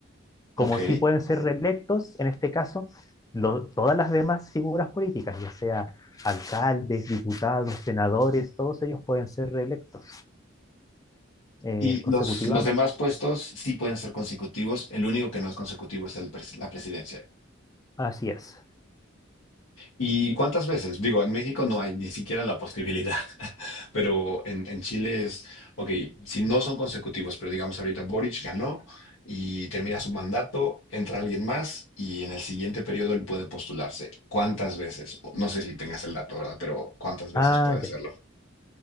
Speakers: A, on the left (about 15°); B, on the left (about 75°).
A: como
B: ok.
A: sí pueden ser reelectos, en este caso, lo- todas las demás figuras políticas, ya sea alcaldes, diputados, senadores, todos ellos pueden ser reelectos eh,
B: Y
A: consecutivamente.
B: los, los demás puestos sí pueden ser consecutivos, el único que no es consecutivo es el pres- la presidencia.
A: Así es.
B: ¿Y cuántas veces? Digo, en México no hay ni siquiera la posibilidad, <laughs> pero en, en Chile es, ok, si no son consecutivos, pero digamos ahorita Boric ganó y termina su mandato, entra alguien más y en el siguiente periodo él puede postularse. ¿Cuántas veces? No sé si tengas el dato, ¿verdad? Pero ¿cuántas veces
A: Ah,
B: puede hacerlo?
A: ya.